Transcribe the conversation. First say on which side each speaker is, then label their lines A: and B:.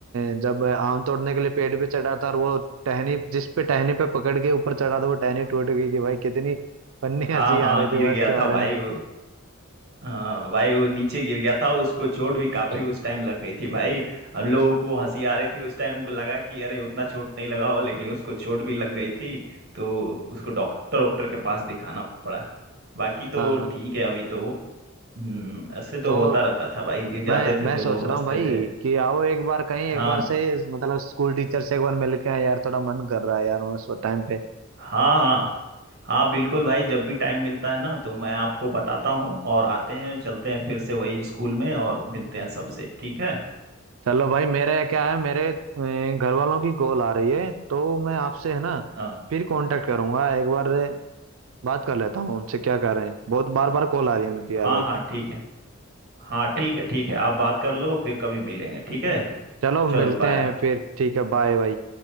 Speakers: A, on the right; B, on the right.
A: अ, जब आम तोड़ने के लिए पेड़ पे चढ़ा था और वो टहनी जिस पे टहनी पे पकड़ के ऊपर चढ़ा था वो टहनी टूट गई थी भाई कितनी फन्नी
B: हाँ
A: हंसी
B: हाँ
A: आ रही
B: गिर
A: थी भाई
B: गया
A: उसके बारे
B: था भाई
A: में
B: वो हाँ भाई वो नीचे गिर गया था उसको चोट भी काफी उस टाइम लग गई थी भाई हम लोगों को हंसी आ रही थी उस टाइम को लगा कि अरे उतना चोट नहीं लगा होगा लेकिन उसको चोट भी लग गई थी तो उसको डॉक्टर डॉक्टर के पास दिखाना पड़ा बाकी तो
A: हाँ
B: ठीक है अभी तो हम्म ऐसे तो
A: तो
B: होता रहता था भाई गिर जाते
A: मैं
B: थे
A: मैं
B: तो
A: सोच
B: लोग
A: रहा
B: हंसते
A: हूँ भाई
B: थे
A: कि आओ एक बार कहीं
B: हाँ
A: एक बार से मतलब स्कूल टीचर से एक बार मिल के आएं यार थोड़ा मन कर रहा है यार उस टाइम पे
B: हाँ हाँ हाँ बिल्कुल भाई जब भी टाइम मिलता है ना तो मैं आपको बताता हूँ और आते हैं चलते हैं फिर से वही स्कूल में और मिलते हैं सबसे ठीक है
A: चलो भाई मेरे क्या है मेरे अ, घर वालों की कॉल आ रही है तो मैं आपसे है ना
B: हाँ
A: फिर कांटेक्ट करूंगा एक बार बात कर लेता हूँ उनसे क्या कर रहे हैं बहुत बार बार कॉल
B: ओके
A: आ रही है उनकी यार
B: हाँ
A: भाई
B: हाँ ठीक है हाँ ठीक है ठीक है आप बात कर लो फिर कभी मिलेंगे ठीक है
A: चलो मिलते
B: चलो बाय
A: हैं फिर ठीक है बाय भाई